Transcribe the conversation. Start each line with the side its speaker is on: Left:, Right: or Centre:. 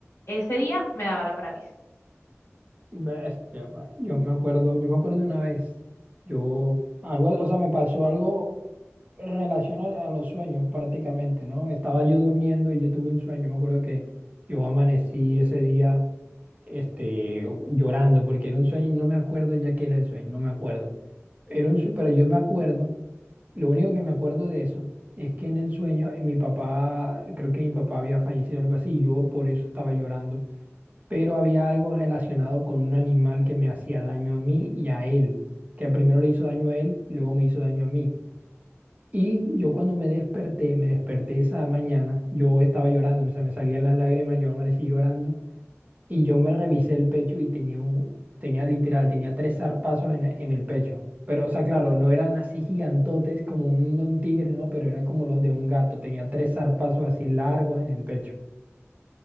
Left: ese día me daba la parálisis.
Right: Bestia, güey. yo me acuerdo, yo me acuerdo una vez, yo, algo, o sea, me pasó algo en relación a, a los sueños prácticamente, ¿no? Estaba yo durmiendo y yo tuve un sueño. Me acuerdo que yo amanecí ese día este, llorando porque era un sueño y no me acuerdo ya qué era el sueño, no me acuerdo. Era un, sue- pero yo me acuerdo, lo único que me acuerdo de eso es que en el sueño eh, mi papá, creo que mi papá había fallecido algo así y yo por eso estaba llorando, pero había algo relacionado con un animal que me hacía daño a mí y a él, que primero le hizo daño a él y luego me hizo daño a mí. Y yo cuando me desperté, me desperté esa mañana, yo estaba llorando, me, sa- me salían las lágrimas, yo amanecí llorando y yo me revisé el pecho y tenía un, tenía literal, tenía tres zarpazos en, en el pecho. Pero, o sea, claro, no eran así gigantotes como un, un tigre, ¿no? Pero eran como los de un gato, tenía tres zarpazos así largos en el pecho.